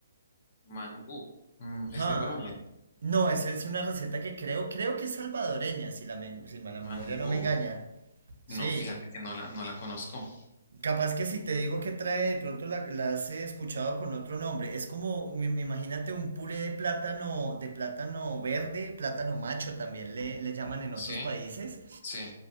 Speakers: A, on the left; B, on the right.
A: Mangú, Mm, es
B: Ah,
A: de Colombia.
B: no, esa es una receta que creo, creo que es salvadoreña, si la, men- si la
A: Mangú,
B: memoria no me engaña. Sí.
A: no, fíjate que no la, no la conozco.
B: Capaz que si te digo que trae, de pronto la, la has eh, escuchado con otro nombre. Es como, im- imagínate un puré de plátano, de plátano verde, plátano macho también le, le llaman en
A: Sí,
B: otros países,
A: sí.